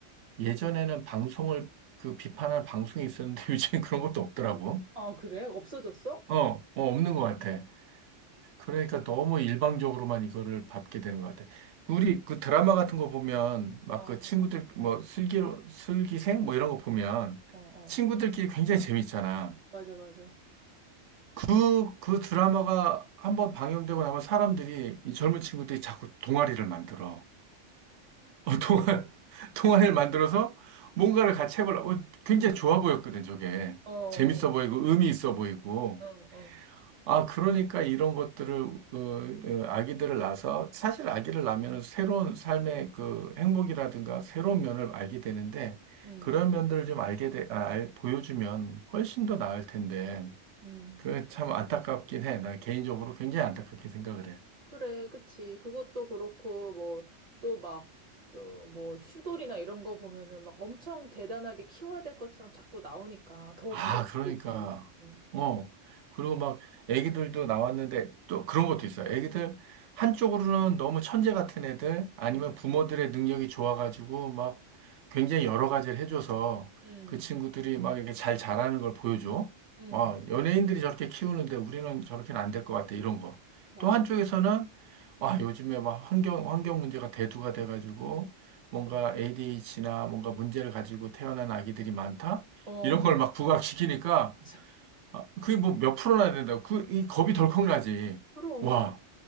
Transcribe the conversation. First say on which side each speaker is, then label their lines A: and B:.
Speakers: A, on the right (about 70°); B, on the right (about 35°).
A: 예전에는 방송을 그 비판할 방송이 있었는데 <laughs> 요즘엔 그런 것도 없더라고.
B: 아, 그래? 없어졌어?
A: 어, 어, 없는
B: 음,
A: 것 같아. 그러니까 너무 일방적으로만 이거를 받게 되는 것 같아. 우리 그 드라마 같은 거 보면 막
B: 어, 어,
A: 그 친구들 뭐 슬기로 슬기생 뭐 이런 거 보면
B: 어, 어, 어.
A: 친구들끼리 굉장히 재밌잖아.
B: 맞아, 맞아.
A: 그, 그 드라마가 한번 방영되고 나면 사람들이 이 젊은 친구들이 자꾸 동아리를 만들어. 어, 동화, <laughs> 동화를 만들어서 뭔가를 같이 해보려고. 어, 굉장히 좋아 보였거든, 저게.
B: 어, 어,
A: 재밌어 보이고, 의미 있어 보이고.
B: 어, 어.
A: 아, 그러니까 이런 것들을, 어, 어, 아기들을 낳아서, 사실 아기를 낳으면 새로운 삶의 그 행복이라든가 새로운 면을 알게 되는데,
B: 음,
A: 그런 면들을 좀 알게 돼, 아, 알- 보여주면 훨씬 더 나을 텐데,
B: 음.
A: 그참 안타깝긴 해. 나 개인적으로 굉장히 안타깝게 생각을 해.
B: 그래, 그치. 그것도 그렇고, 뭐, 또 막, 또 뭐, 슈돌이나 이런 거 보면은 막 엄청 대단하게 키워야 될 것처럼 자꾸 나오니까 더
A: 아,
B: 부담이
A: 그러니까.
B: 되지. 음,
A: 어. 그리고 막 애기들도 나왔는데 또 그런 것도 있어요. 애기들 한쪽으로는 너무 천재 같은 애들 아니면
B: 음,
A: 부모들의 능력이 좋아가지고 막 굉장히 여러 가지를 해줘서
B: 음,
A: 그 친구들이 막 이렇게 잘 자라는 걸 보여줘.
B: 음.
A: 와, 연예인들이 저렇게 키우는데 우리는 저렇게는 안 될 것 같아. 이런 거.
B: 맞아.
A: 또 한쪽에서는 와, 요즘에 막 환경, 환경 문제가 대두가 돼가지고 뭔가 ADHD나 뭔가 문제를 가지고 태어난 아기들이 많다?
B: 어,
A: 이런 걸
B: <laughs>
A: 막 부각시키니까
B: 맞아.
A: 아, 그게 뭐 몇 프로나 된다고 그 이 겁이 덜컥 나지.
B: 그럼.
A: 와